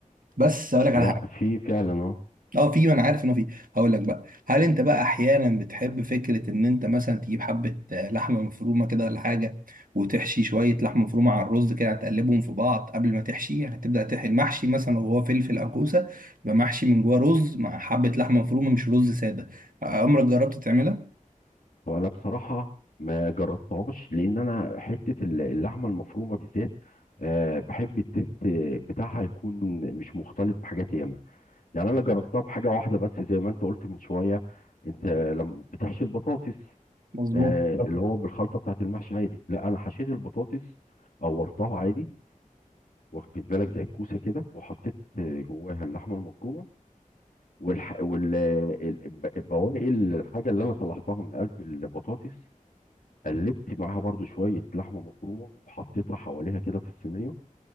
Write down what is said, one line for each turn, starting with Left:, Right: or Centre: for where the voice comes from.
Right: بس اقول لك
Left: لا
Right: على حاجه
Left: في فعلا اه
Right: اه في ما انا عارف انه في هقول لك بقى هل انت بقى احيانا بتحب فكره ان انت مثلا تجيب حبه آه، لحمه مفرومه كده ولا حاجه وتحشي شويه لحمه مفرومه على الرز كده تقلبهم في بعض قبل ما تحشي هتبدا تحشي المحشي مثلا لو هو فلفل او كوسه يبقى محشي من جوه رز مع حبه لحمه مفرومه مش رز ساده آه، عمرك جربت تعملها
Left: وانا بصراحه ما جربتهاش لان انا حته الل- اللحمه المفرومه بالذات آه بحب التست بتاعها يكون مش مختلط بحاجات ياما يعني انا جربتها بحاجه واحده بس زي ما انت قلت من شويه انت لما بتحشي البطاطس
Right: مظبوط
Left: آه، طب اللي هو بالخلطه بتاعت المحشي عادي لا انا حشيت البطاطس قورتها عادي واخد بالك زي الكوسه كده وحطيت آه، جواها اللحمه المفرومه والح... وال ال- الب- البواقي الحاجه اللي انا طلعتها من قلب البطاطس قلبت معاها برضو شويه لحمه مفرومه وحطيتها حواليها كده في الصينيه